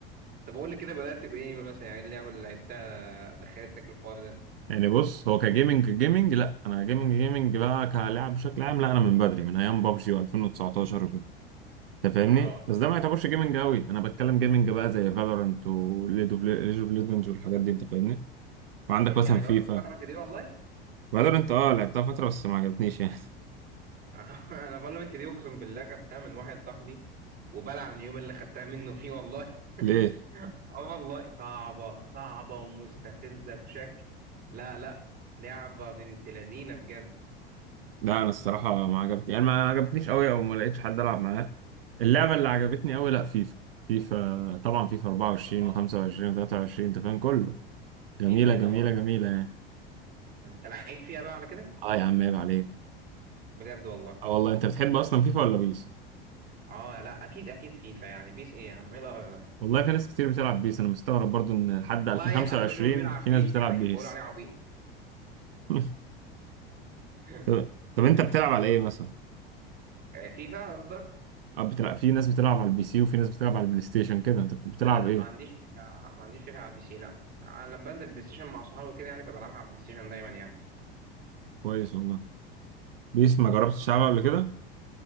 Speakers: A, on the right (about 30°); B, on the right (about 75°).
A: طب قول لي كده بدات بايه مثلا يعني إيه اللعبه اللي لعبتها دخلتك الحوار ده
B: يعني بص هو كجيمنج جيمنج لا انا جيمنج جيمنج بقى كلاعب بشكل عام لا انا من بدري من ايام بابجي و2019 وكده انت فاهمني
A: اه
B: بس ده ما يعتبرش جيمنج قوي انا بتكلم جيمنج بقى زي فالورانت وليج اوف ليجندز والحاجات دي انت فاهمني وعندك
A: امم
B: مثلا
A: يعني
B: فيفا
A: جربت فالورنت دي والله <laughs>
B: فالورانت اه لعبتها فتره بس ما عجبتنيش يعني
A: آه، انا فالورنت دي اقسم بالله خدتها من واحد صاحبي وبلعن اليوم اللي خدتها منه فيه والله <laughs>
B: <laughs> ليه
A: اه والله صعبه صعبه ومستفزه بشكل لا لا لعبه بنت لذينه بجد
B: لا انا الصراحه ما عجبتني يعني ما عجبتنيش قوي او ما لقيتش حد العب معاه اللعبه اللي عجبتني قوي لا فيفا فيفا طبعا فيفا 24
A: اه
B: و25 و23 انت فاهم كله جميله
A: فيفا دي
B: جميله
A: دمار
B: جميله يعني
A: انت لعيب فيها بقى على كده
B: اه يا عم عيب عليك
A: بجد والله
B: اه والله انت بتحب اصلا فيفا ولا بيس
A: اه لا اكيد اكيد فيفا يعني بيس ايه يا عم ايه القرف ده
B: والله في ناس كتير بتلعب بيس انا مستغرب برضو ان لحد
A: والله
B: 2025
A: اي حد بشوفه بيلعب
B: في
A: بيس
B: ناس بتلعب
A: يعني
B: بيس
A: بقول عليه عبيط
B: <laughs>
A: <laughs>
B: طب طب انت بتلعب على ايه مثلا
A: آه، فيفا قصدك
B: اه بتلعب في ناس بتلعب على البي سي وفي ناس بتلعب على البلاي ستيشن كده انت بتلعب
A: لا لا
B: ايه
A: ما عنديش فيفا ما عنديش فيفا على البي سي لا آه، لما بنزل بلاي ستيشن مع صحابي كده يعني فبلعبها على البلاي ستيشن دايما يعني
B: كويس والله بيس ما جربتش تلعبها قبل كده